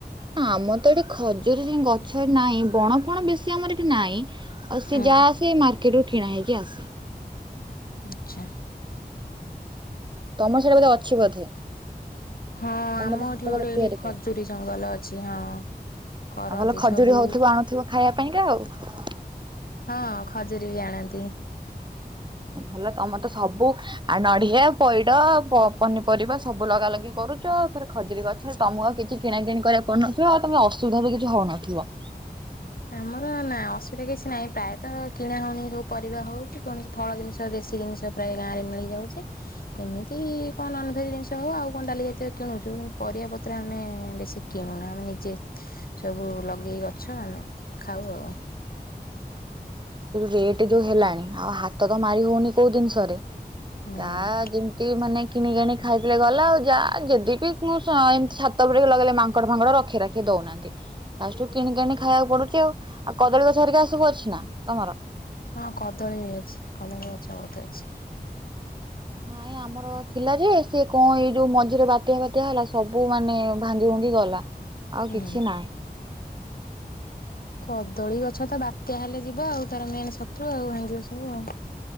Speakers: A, on the right; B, on the left.
A: ଆମର ତ ଏଠି ଖଜୁରି ଗଛ ନାହିଁ। ବଣ ଫଣ ବେଶୀ ଆମର ଏଠି ନାହିଁ। ଆଉ ସେ
B: ହୁଁ
A: ଯାହାଆସେ ମାର୍କେଟ ରୁ କିଣା ହେଇକି ଆସେ।
B: ଆଚ୍ଛା!
A: ତମର ସିଆଡେ ବୋଧେ ଅଛି ବୋଧେ?
B: ହଁ,
A: ତମେ
B: ଆମ
A: ତ ହାତ
B: ଏଠି ଗୋଟେ
A: ଫାତ
B: ଏଠି
A: ତିଆରି
B: ଖଜୁରୀ
A: କର।
B: ଜଙ୍ଗଲ ଅଛି। ହଁ, କରନ୍ତି
A: ଆଉ ଭଲ ଖଜୁରୀ
B: ସବୁ
A: ହଉଥିବ ଆଣୁଥିବ ଖାଇବା ପାଇଁକା ଆଉ।
B: ହଁ, ଖଜୁରୀ ବି ଆଣନ୍ତି।
A: ଭଲ ତମର ତ ସବୁ ଆଉ ନଡିଆ, ପଇଡ, ପ ପନିପରିବା ସବୁ ଲଗା ଲଗି କରୁଛ। ଫେରେ ରେ ଖଜୁରୀ ଗଛ ତମକୁ ଆଉ କିଛି କିଣା କିିଣି କରିବାକୁ ପଡୁ ନଥିବ। ଆଉ ତମେ ଅସୁବିଧା ବି କିଛି ହଉନଥିବ।
B: ଆମର ନା ଅସୁବିଧା କିଛି ନାହିଁ। ପ୍ରାୟତଃ କିଣା ହଉନି ଯୋଉ ପରିବା ହଉ କି କୌଣ ଫଳ ଜିନିଷ ଦେଶୀ ଜିନିଷ ପ୍ରାୟ ଗାଁରେ ମିଳିଯାଉଛି। ଏମିତି କଣ ନନ ଭେଜ ଜିନିଷ ହଉ ଆଉ କଣ ଡାଲି ଜାତୀୟ କିଣୁଛୁ। କିନ୍ତୁ ପରିବା ପତ୍ର ଆମେ ବେଶୀ କିଣୁନୁ। ଆମେ ନିଜେ ସବୁ ଲଗେଇ ଗଛ ଆମେ ଖାଉ ଆଉ
A: ରେଟ ଯୋଉ ହେଲାଣି ଆଉ ହାତ ତ ମାରି ହଉନି କୋଉ ଜିନିଷରେ।
B: ହୁଁ
A: ତା ଯେମିତି ମାନେ କିନିକି ଆଣିକି ଖାଇ ଦେଲେ ଗଲା ଆଉ ଯା ଯଦି ମୁଁ ଏମିତି ଛାତ ଉପୁଡିକ ଲଗେଇଲେ ମାଙ୍କଡ଼ ଫାଙ୍କଡ ରଖି ରାଖି ଦଉନାହାନ୍ତି ଲାଷ୍ଟକୁ କିଣିକି ଆଣିକି ଖାଇବାକୁ ପଡୁଛି ଆଉ ଆଉ କଦଳୀ ଗଛ ହରକା ସବୁ ଅଛି ନାଁ ତମର?
B: ହଁ କଦଳୀ ଅଛି। କଦଳୀ ଗଛ ବହୁତ୍ ଅଛି।
A: ନାଇଁ ଆମ ଆମର ଥିଲା ଯେ ସେ କଣ ଏଇ ଯୋଉ ମଝିରେ ବାତ୍ୟା ଫାତିଆ ହେଲା ସବୁ ମାନେ ଭାଙ୍ଗି ଭୁଙ୍ଗି ଗଲା। ଆଉ
B: ହୁଁ
A: କିଛି ନାହିଁ।
B: କଦଳୀ ଗଛ ତ ବାତ୍ୟା ହେଲେ ଯିବ ଆଉ ତାର ମେନ ଶତ୍ରୁ ଆଉ ଭାଙ୍ଗିବ ସବୁ ଆଉ।